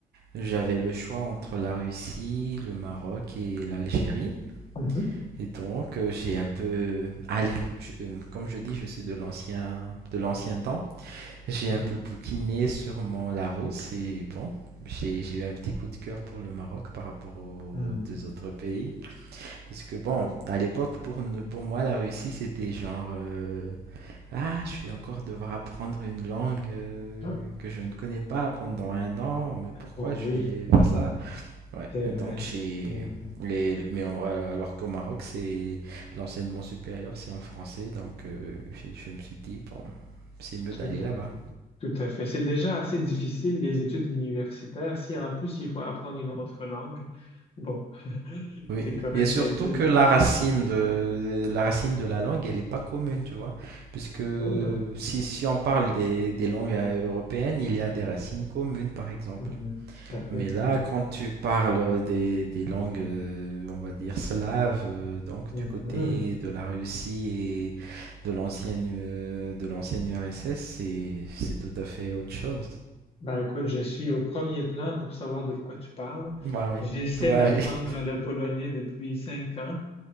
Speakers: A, on the right; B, on the left.
A: j'avais le choix entre la Russie, le Maroc et l'Algérie
B: Mhm,
A: Et donc, euh, j'ai un peu, allez, je- euh, comme je dis, je suis de l'ancien, de l'ancien temps. J'ai
B: mhm,
A: un peu bouquiné sur mon Larousse et bon, j'ai, j'ai eu un petit coup de cœur pour le Maroc par rapport aux
B: mhm.
A: deux autres pays. Parce que bon, à l'époque, pour, ne- pour moi, la Russie, c'était genre, euh, ah, je vais encore devoir apprendre une langue euh,
B: Ah,
A: que je ne connais pas pendant un an, mais pourquoi
B: oh
A: je
B: oui,
A: vais faire ça? Ouais,
B: c'est
A: et donc
B: vrai.
A: chez
B: c'est vrai.
A: les, mais au- alors qu'au Maroc, c'est l'enseignement supérieur, c'est en français, donc euh, je, je me suis dit bon, c'est mieux
B: Tout
A: d'aller
B: à
A: là-bas.
B: fait. Tout à fait. C'est déjà assez difficile, les études universitaires. Si en plus il faut apprendre une autre langue, bon,
A: Oui,
B: c'est correct
A: et surtout
B: qu'elle dise.
A: que la racine de, de- la racine de la langue, elle n'est pas commune, tu vois, puisque
B: Oh non.
A: si, si on parle des, des langues euh, européennes, il y a des racines communes, par exemple.
B: Mhm, Tout à fait.
A: Mais là, quand tu parles des, des langues, euh, on va dire slaves, euh, donc
B: Mhm.
A: du côté de la Russie et de l'ancienne euh, de l'ancienne URSS, c'est c'est tout à fait autre chose.
B: Ben écoute, je suis au premier plan pour savoir de quoi tu parles.
A: Bah oui,
B: J'essaie
A: bah
B: d'apprendre
A: oui, <laughs>
B: le polonais depuis cinq ans.